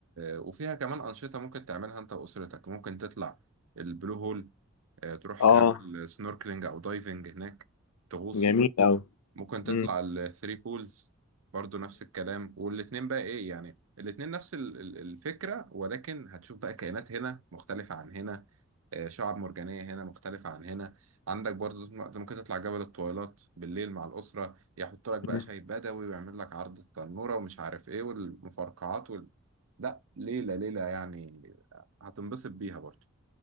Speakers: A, on the right; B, on the left.
A: وفيها كمان انشطة ممكن تعملها انت واسرتك ممكن تطلع البلو هول آه، تروح
B: اه
A: تعمل سنوركلينج او دايفنج هناك تغوص
B: جميل أوي
A: ممكن تطلع
B: مم.
A: الثري بولز برضو نفس الكلام والاتنين بقى ايه يعني الاتنين نفس ال- ال- الفكرة ولكن هتشوف بقى كائنات هنا مختلفة عن هنا آه، شعاب مرجانية هنا مختلفة عن هنا عندك برضو ممكن تطلع جبل الطويلات بالليل مع الأسرة يحط لك بقى
B: مم.
A: شاي بدوي ويعمل لك عرض التنورة ومش عارف ايه والمفرقعات وال... لا ليلة ليلة يعني هتنبسط بيها برضو